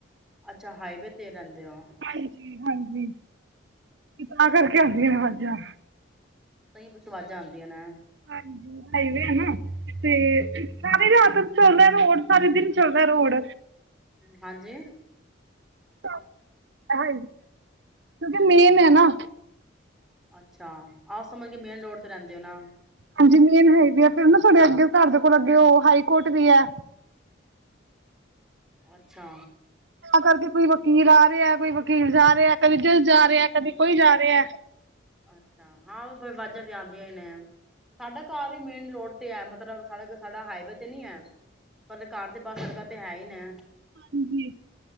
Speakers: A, in the centre; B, on the right.
A: ਅੱਛਾ ਹਾਈਵੇ ਤੇ ਰਹਿੰਦੇ ਹੋ
B: ਹਾਂਜੀ ਹਾਂਜੀ ਤਾਂ ਕਰਕੇ ਆਂਦੀਆਂ ਨੇ ਬਾਜਾਂ
A: ਤਾਂਹੀ ਪਿੱਛੋਂ ਆਵਾਜ਼ਾਂ ਆਉਂਦੀਆਂ ਨੇ
B: ਹਾਂਜੀ ਹਾਈਵੇ ਹੈ ਨਾ ਤੇ ਸਾਰੀ ਰਾਤ ਚੱਲਦਾ ਰੋਡ ਸਾਰੇ ਦਿਨ ਚੱਲਦਾ ਰੋਡ
A: ਹਾਂਜੀ
B: ਹ ਆ <unintelligible> ਕਿਉਂਕਿ ਮੇਨ ਹੈ ਨਾ
A: ਅੱਛਾ ਆਹ ਸਮਝ ਕੇ ਮੇਨ ਰੋਡ ਤੇ ਰਹਿੰਦੇ ਹੋ ਨਾ
B: ਹਾਂਜੀ ਮੇਨ ਹਾਈਵੇ ਐ ਫਿਰ ਨਾ ਸਾਡੇ ਅੱਗੇ ਘਰ ਦੇ ਕੋਲ ਅੱਗੇ ਉਹ ਹਾਈ ਕੋਰਟ ਵੀ ਹੈ
A: ਅੱਛਾ
B: ਕਰਕੇ ਕੋਈ ਵਕੀਲ ਆ ਰਿਹਾ ਕੋਈ ਵਕੀਲ ਜਾ ਰਿਹਾ ਕਦੇ ਦਿਲ ਜਾ ਰਿਹਾ ਕਦੀ ਕੋਈ ਜਾ ਰਿਹਾ
A: ਅੱਛਾ ਹਾਂ ਵਾਜ਼ਾਂ ਤੇ ਆਂਦੀਆਂ ਹੀ ਨੇ ਸਾਡਾ ਘਰ ਵੀ ਮੇਨ ਰੋਡ ਤੇ ਹੈ ਮਤਲਬ ਸਾ ਸਾਡਾ ਹਾਈਵੇ ਤੇ ਨੀ ਹੈ ਪਰ ਘਰ ਦੇ ਬਸ ਤੇ ਹੈ ਹੀ ਨਾ
B: ਹਾਂਜੀ